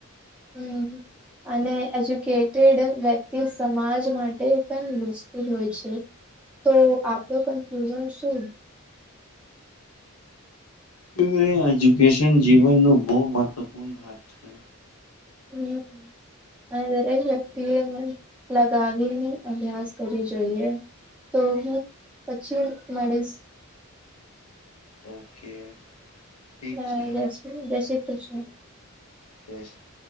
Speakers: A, in the centre; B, on the left.
A: હમ્મ. અને એજ્યુકેટેડ વ્યક્તિ સમાજ માટે પણ યુઝફુલ હોય છે. તો આપનું કન્ફ્યુઝન શું
B: એ એજુકેશન જીવનનો બહુ મહત્વપૂર્ણ ભાગ છે.
A: હમ્મ. અને દરેક વ્યક્તિ એ મન લગાવીને અભ્યાસ કરી જોઈએ. તો હું પછી મળીશ
B: ઓકે ઠીક
A: હ
B: છે
A: જસ જય શ્રી કૃષ્ણ
B: <unintelligible>